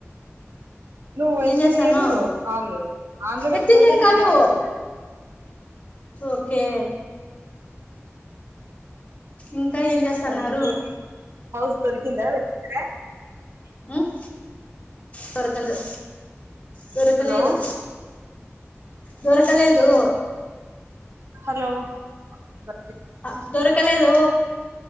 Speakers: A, on the right; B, on the left.
A: నువ్వు ఎత్తింగ్
B: ఏం చేస్తాన్నావ్
A: లేదు కాల్ ఆన్లా పెట్టుకొన్లే
B: ఎత్తిండేది
A: నువ్వు
B: కాదు
A: యాప్
B: ఓకే ఇంకా ఏం చేస్తన్నారు
A: సరే ఇంకేమి హౌస్ దొరికిందా వేత్ <unintelligible>
B: ఉమ్ దొరకలే దొరకలేదు
A: హలో
B: దొరకలేదు
A: హలో ఆ
B: ఆ దొరకలేదు